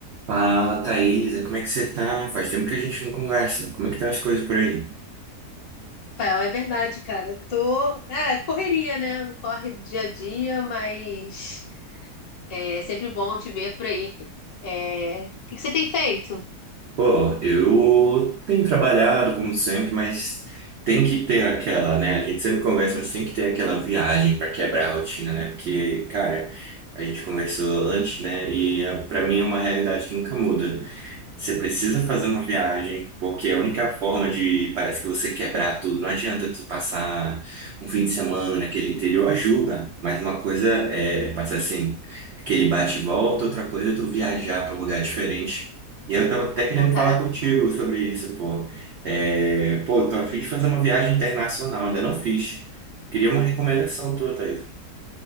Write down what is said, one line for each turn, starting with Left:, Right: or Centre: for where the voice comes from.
Right: Fala, Thaisa, como é que você tá? Faz tempo que a gente não conversa. Como é que tá as coisas por aí?
Left: Rafael, é verdade, cara. Eu Tô, é, correria, né? Corre dia a dia, mas é sempre bom te ver por aí. É, O que que você tem feito?
Right: Pô, eu tenho trabalhado como sempre, mas tem que ter aquela, né? A gente sempre conversa, mas tem que ter aquela viagem pra quebrar a rotina, né? Porque, cara, a gente conversou antes, né? E eh, pra mim é uma realidade que nunca muda. Você precisa fazer uma viagem, porque é a única forma de, parece que você quebrar tudo. Não adianta tu passar um fim de semana naquele interior, ajuda, mas uma coisa é passar assim, aquele bate e volta, outra coisa é tu viajar para um lugar diferente. E eu tava até querendo
Left: Pô, cara,
Right: falar contigo sobre isso, pô. É, pô, eu tô a fim de fazer uma viagem internacional, ainda não fiz. Queria uma recomendação tua, Thaís.